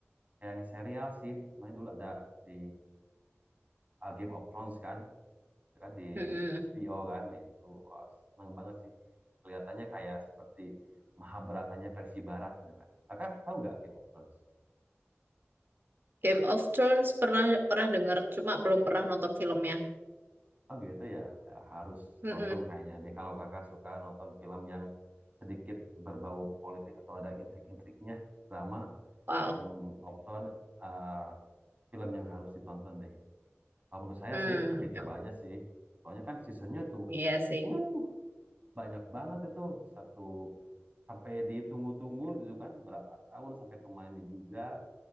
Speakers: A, on the right (about 35°); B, on the right (about 50°).
A: kayak yang serial sih. Main dulu ada di eh, Game of Thrones kan, itu kan di
B: Mm-mm.
A: HBO kan. Nah, Itu tuh wah, seneng banget sih. Kelihatannya kayak seperti Mahabharatanya versi barat gitu kan. Kakak tahu nggak Game of Thrones?
B: Game of Thrones pernah pernah dengar, cuma belum pernah nonton filmnya.
A: Oh gitu ya, Ya, harus
B: Mm-mm.
A: nonton kayaknya deh kalau kakak suka nonton film yang sedikit berbau politik atau ada intrik-intriknya, drama,
B: Wow.
A: Game of Thrones, eh, film yang harus ditonton deh. Kalau menurut saya
B: Hmm,
A: sih, tapi coba aja sih. Soalnya kan seasonnya tuh,
B: iya sih.
A: uh, banyak banget itu satu sampai ditunggu-tunggu gitu kan, berapa tahun sampai pemainnya juga